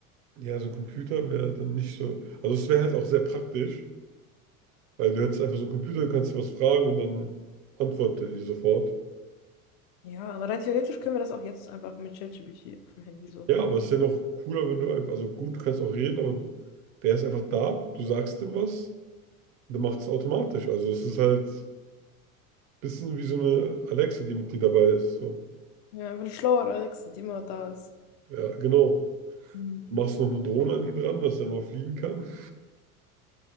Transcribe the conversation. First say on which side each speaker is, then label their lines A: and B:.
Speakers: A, on the right; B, on the left.
A: Ja, so ein Computer wäre dann nicht so. Also, es wäre halt auch sehr praktisch, weil du hättest einfach so einen Computer, du kannst dir was fragen und dann antwortet er dir sofort.
B: Ja, aber rein theoretisch können wir das auch jetzt einfach mit ChatGPT auf dem Handy so.
A: Ja, aber es ist ja noch cooler, wenn du einfach. Also, gut, du kannst auch reden, aber der ist einfach da, du sagst ihm was und dann macht es automatisch. Also, es ist halt ein bisschen wie so eine Alexa, die mit dir dabei ist. So.
B: Ja, einfach eine schlauere Alexa, die immer da ist.
A: Ja, genau.
B: Mhm.
A: Du machst noch eine Drohne an ihn ran, dass er mal fliegen kann.